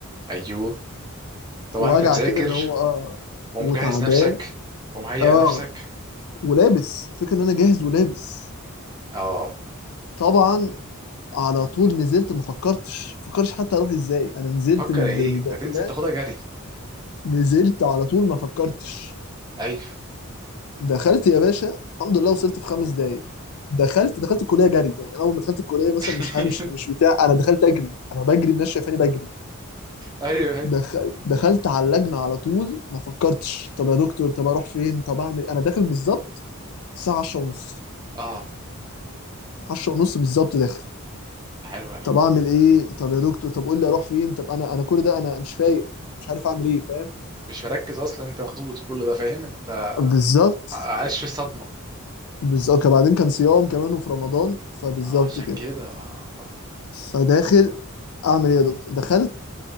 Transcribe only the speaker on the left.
وجع
كده اللي هو آه
وتعبان
اه
ولابس فكرة ان انا جاهز ولابس
طبعا على طول نزلت ما فكرتش فكرش حتى اروح ازاي انا نزلت
من الب-
البقتلات
نزلت على طول ما فكرتش
دخلت يا باشا الحمد لله وصلت في خمس دقايق دخلت دخلت الكليه جري يعني اول ما دخلت الكليه مثلا
مش همشي مش بتاع انا دخلت اجري انا بجري الناس شايفاني بجري
دخلت دخلت على اللجنه على طول ما فكرتش طب يا دكتور طب اروح فين طب اعمل إيه؟ انا داخل بالظبط الساعه 10 ونص
10 ونص بالظبط داخل
طب اعمل ايه طب يا دكتور طب قول لي اروح فين طب انا انا كل ده انا مش فايق انا مش عارف اعمل ايه فاهم
بالظبط
بالظبط بعدين كان صيام كمان وفي رمضان فبالظبط
كده
فداخل اعمل ايه يا دكتور دخلت